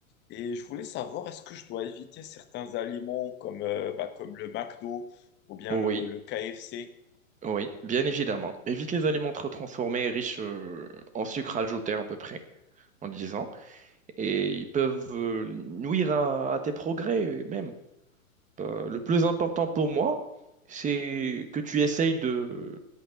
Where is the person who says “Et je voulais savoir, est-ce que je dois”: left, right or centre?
Left